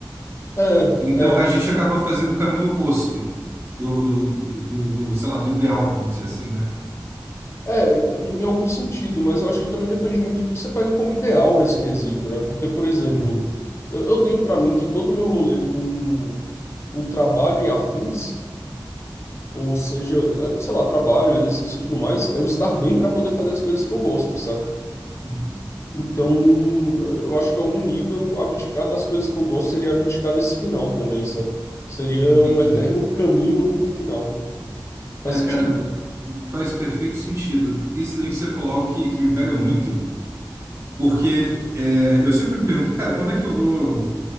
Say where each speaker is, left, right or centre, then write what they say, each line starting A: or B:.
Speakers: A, on the left (about 35°); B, on the right (about 35°).
A: É,
B: então
A: é.
B: a gente acaba fazendo o caminho oposto do do, do, do, do, sei lá do ideal vamos dizer assim né
A: É, em, em algum sentido, mas eu acho que também depende muito do que você pega como ideal nesse quesito, né? Porque, por exemplo,
B: Uhum,
A: eu, eu tenho pra mim que todo o meu rolê com, com trabalho e afins, ou seja, eh, sei lá, trabalho, exercício e tudo mais, é eu estar bem pra poder fazer as coisas que eu gosto, saca?
B: uhum.
A: Então, eh, eu acho que em algum nível abdicar das coisas que eu gosto seria abdicar desse final também, sabe? Seria
B: entendi
A: um eterno caminho, nunca um final. Faz
B: é
A: sentido?
B: cara Faz perfeito sentido. Isso daí que você falou é algo que, que me pega muito, porque é, eu sempre me pergunto, cara, quando é que eu vou.